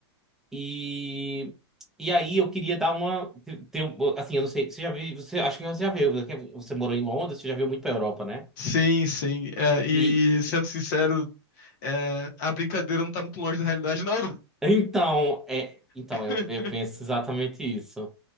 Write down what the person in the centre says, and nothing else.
E, e aí eu queria dar uma. Ter, um- assim, eu não sei. Você já viu. Você, acho que você já viu. Você morou em Londres, você já viu muito pra Europa, né?
E
então, é, então
eu, eu penso exatamente isso.